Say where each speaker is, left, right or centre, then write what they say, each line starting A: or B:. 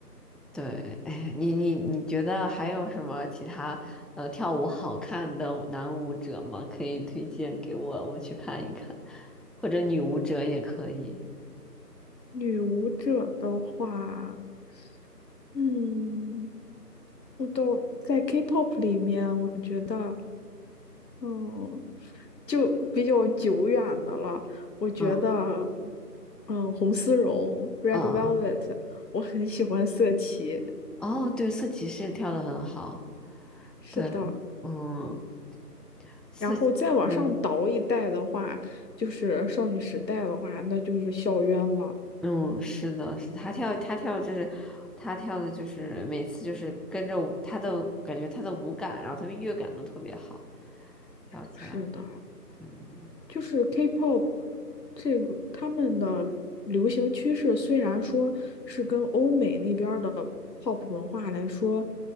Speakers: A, in the centre; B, on the left.
A: 对。哎，你你你觉得还有什么其他呃跳舞好看的舞男舞者吗？可以推荐给我，我去看一看，或者女舞者也可以。
B: 女舞者的话，嗯，我都在 K-pop 里面，我觉得。嗯，就比较久远的了。我觉得，
A: 嗯
B: 嗯，红丝绒 （Red
A: 嗯嗯嗯。
B: Velvet），我很喜欢色琪。
A: 哦，对，色骑士跳的很好。
B: 是的，
A: 对，嗯，色。
B: 然后再往上倒一代的话，
A: 嗯。
B: 就是少女时代的话，那就是校园了。
A: 嗯，是的，是的，他跳他跳就是他跳的，就是每次就是跟着舞他的感觉他的舞感，然后他的乐感都特别好，跳起来，
B: 是的，
A: 对，嗯
B: 就是 K-pop 这个他们的流行趋势，虽然说是跟欧美那边儿的 pop 文化来说，